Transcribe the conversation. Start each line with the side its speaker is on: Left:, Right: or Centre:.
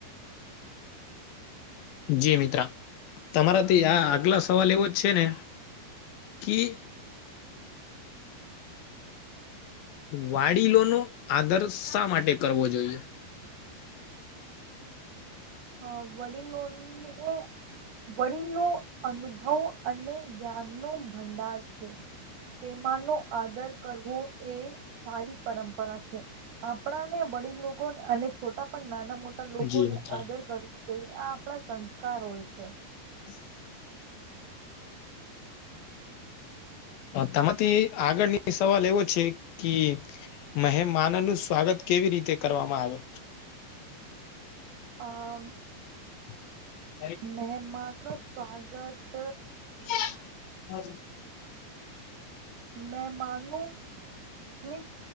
Left: જી મિત્ર તમારાથી આ આગલા સવાલ એવો જ છે ને કી. વાડીલોનો આદર્શ માટે કરવો જોઈએ
Right: હ વડીલોન ને. વડીલો અનુભવ અને જ્ઞાનનો ભંડાર છે તેમાનો આદર કરવો એ સારી પરંપરા છે. આપણા ને વડીલ લોકો અને છોટા પણ નાના-મો ટા લોકોને
Left: જી મિત્ર
Right: આદર કરવું જોઈએ આ આપણા સંસ્કાર હોય છે.
Left: <inaudible> તમાંથી આગળની સવાલ એવો છે કી મહે માનનું સ્વાગત કેવી રીતે કરવામાં આવે.
Right: અ
Left: <unintelligible>
Right: મહેમાનનું સ્વાગત.
Left: <unintelligible>
Right: મેં માનું મિસ.